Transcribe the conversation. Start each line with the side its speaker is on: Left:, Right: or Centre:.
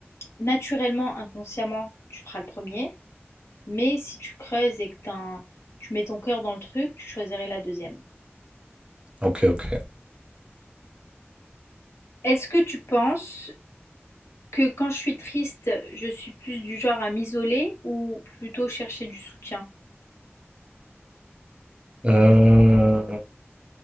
Left: Naturellement, inconsciemment, tu feras le premier, mais si tu creuses et que t'as- tu mets ton cœur dans le truc, tu choisirais la deuxième.
Right: Ok, ok.
Left: Est-ce que tu penses que quand je suis triste, je suis plus du genre à m'isoler ou plutôt chercher du soutien?
Right: Euh,